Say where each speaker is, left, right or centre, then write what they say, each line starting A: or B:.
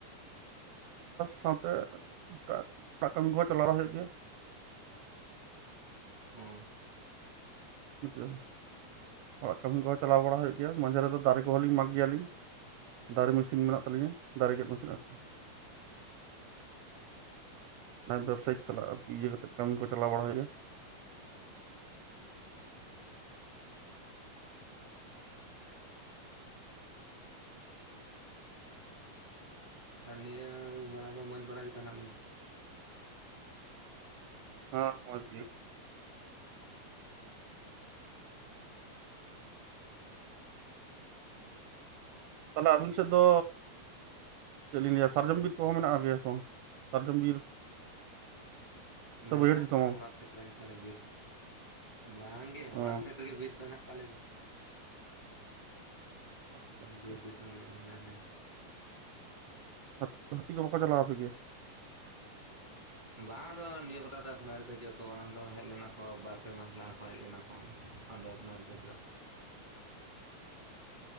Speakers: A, on the right; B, on the right.
A: ᱥᱟᱣᱛᱮ ᱮᱴᱟᱜ ᱠᱟᱹᱢᱤ ᱠᱚᱦ ᱪᱟᱞᱟᱣ ᱵᱟᱲᱟ ᱦᱩᱭᱩᱜ ᱜᱮᱭᱟ᱾
B: ᱚ
A: <unintelligible> ᱚᱲᱟᱜ ᱠᱟᱹᱢᱤ ᱠᱚᱦᱚᱸ ᱪᱟᱞᱟᱣ ᱵᱟᱲᱟ ᱦᱩᱭᱩᱜ ᱜᱮᱭᱟ, ᱢᱟᱡᱷᱮ ᱨᱮᱫᱚ ᱫᱟᱨᱮ ᱠᱚᱦᱚᱸ ᱞᱤᱧ ᱢᱟᱜᱽ ᱜᱮᱭᱟᱞᱤᱧ᱾ ᱫᱟᱨᱮ ᱢᱮᱹᱥᱤᱱ ᱢᱮᱱᱟᱜ ᱛᱟᱞᱤᱧᱟ, ᱫᱟᱨᱮ ᱜᱮᱫ ᱢᱮᱥᱤᱱ ᱟᱨᱠᱤ᱾ ᱵᱟᱝ ᱫᱚ ᱥᱮᱠᱥ ᱥᱟᱞᱟᱜ ᱟᱨᱠᱤ ᱤᱭᱟᱹ ᱠᱟᱛᱮ ᱠᱟᱹᱢᱤ ᱠᱚ ᱪᱟᱞᱟᱣ ᱵᱟᱲᱟ ᱦᱩᱭ ᱱᱟ
B: ᱟᱨ ᱱᱤᱭᱟᱹ ᱵᱮᱲᱟ ᱫᱚ ᱢᱚᱡᱽ ᱵᱟᱲᱟ ᱜᱮᱛᱚ ᱢᱮᱱᱟᱜ ᱵᱤᱱᱟ?
A: ᱦᱮᱸ ᱢᱚᱡᱽ ᱜᱮ ᱛᱟᱦᱞᱮ ᱟᱹᱵᱤᱱ ᱥᱮᱫ ᱫᱚ ᱪᱮᱫ ᱞᱤᱧ ᱞᱟᱹᱭᱟ ᱥᱟᱨᱡᱚᱢ ᱵᱤᱨ ᱠᱚᱦᱚᱸ ᱢᱮᱱᱟᱜ ᱜᱮᱭᱟ ᱥᱮᱚᱝ ᱥᱟᱨᱡᱚᱢ ᱵᱤᱨ? ᱥᱮ
B: ᱢᱮᱱᱟᱜ-ᱟ
A: ᱵᱟᱹᱭᱦᱟᱹᱲ ᱫᱤᱥᱚᱢ
B: ᱢᱮᱱᱟᱜ-ᱟ
A: ᱚ
B: ᱚᱲᱟᱜ ᱯᱷᱮᱰ ᱨᱮᱜᱮ ᱛᱟᱦᱚᱞᱮ ᱵᱤᱨ ᱵᱟᱝᱜᱮ ᱚᱲᱟᱜ
A: ᱚ
B: ᱯᱷᱮᱰ ᱨᱮᱜᱮ ᱵᱤᱨ ᱠᱚ ᱦᱮᱱᱟᱜ ᱛᱟᱞᱮ ᱫᱚ
A: ᱟᱪᱪᱷᱟ ᱟᱪᱪᱷᱟ
B: ᱵᱤᱨᱮᱥ ᱫᱤᱥᱚᱢ ᱜᱮ ᱠᱟᱱᱟᱞᱮ ᱟᱞᱮ ᱦᱚᱸ
A: ᱦᱟᱹᱛ ᱦᱟᱹᱛᱤ ᱠᱚ ᱵᱟᱠᱚ ᱪᱟᱞᱟᱣ ᱟᱯᱮ ᱜᱮᱭᱟ
B: ᱵᱟᱝ ᱟᱫᱚ ᱱᱤᱭᱟᱹ ᱠᱚᱴᱟ ᱫᱚ ᱮᱠᱷᱚᱱ ᱟᱹᱣᱨᱤ ᱠᱚ ᱦᱤᱡᱩᱜ ᱟᱠᱚ ᱵᱟᱝ ᱫᱚ ᱦᱮᱡ ᱞᱮᱱᱟ ᱠᱚ ᱵᱟᱨ ᱯᱮ ᱢᱟᱥ ᱞᱟᱦᱟ ᱠᱚ ᱦᱮᱡ ᱞᱮᱱᱟ ᱠᱚ ᱟᱫᱚ ᱮᱠᱷᱚᱱ ᱟᱹᱣᱨᱤ ᱠᱚ ᱦᱤᱡᱩᱜ ᱟ